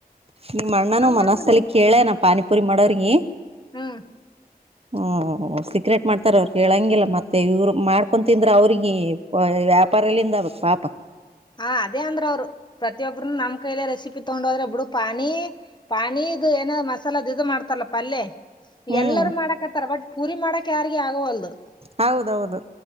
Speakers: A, on the right; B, on the left.
A: ನಿಮ್ಮ ಅಣ್ಣನೂ
B: ಹಂಗಂದ್ರ
A: ಮನರ್ಸ್ಸಲ್ಲಿ ಕೇಳೇನ ಪಾನಿಪುರಿ ಮಾಡವ್ರಗಿ.
B: ಹ್ಮ್.
A: ಹ್ಮ ಸೀಕ್ರೆಟ್ ಮಾಡ್ತಾರ ಅವ್ರ ಹೇಳಂಗಿಲ್ಲ ಮತ್ತೆ ಇವ್ರು ಮಾಡ್ಕೊ ತಿಂದ್ರ. ಅವ್ರಿಗೆ, ವ್ಯಾಪಾರ ಎಲ್ಲಿಂದ ಆಗ್ಬೇಕ ಪಾಪ.
B: ಹಾ ಅದೇ ಅಂದ್ರ ಅವ್ರು ಪ್ರತಿಯೊಬ್ಬ್ರೂ ನಮ್ ಕೈಯಲೆ ರೆಸಿಪಿ ತಗೊಂಡ ಹೋದ್ರೆ ಒಬ್ಬಡು ಪಾನಿ ಪಾನಿ ಇದು ಏನ ಮಸಾಲದು ಇದು ಮಾಡ್ತಾರ ಪಲ್ಯ
A: ಹ್ಮ್
B: ಎಲ್ಲರೂ ಮಾಡಕ್ತ್ತಾರ ಬಟ್ ಪೂರಿ ಮಾಡಕ್ ಯಾರಿಗ ಆಗೋ ಅಲ್ದು
A: ಹೌದೌದು